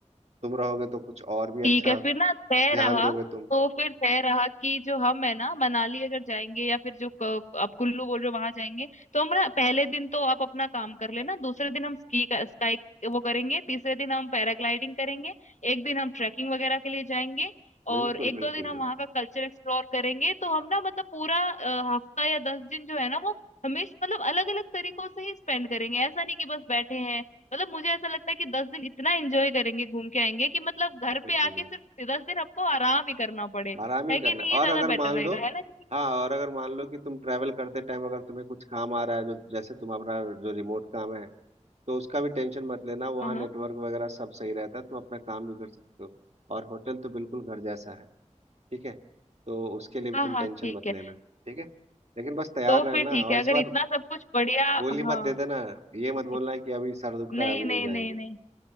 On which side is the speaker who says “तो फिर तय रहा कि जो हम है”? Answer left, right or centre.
Left